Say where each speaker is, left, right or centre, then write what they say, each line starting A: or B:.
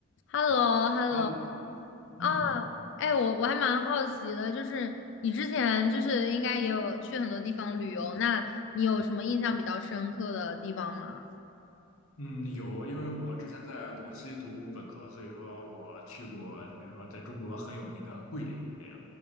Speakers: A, on the left; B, on the left.
A: h e l l o h e l
B: 哈喽，
A: l o 啊，
B: 嗯
A: 哎，我我还蛮好奇的，就是你之前就是应该也有去很多地方旅游，那你有什么印象比较深刻的地方吗？
B: 嗯，有，因为我之前在广西读本科，所以说我去过，比如说在中国很有名的桂林，这样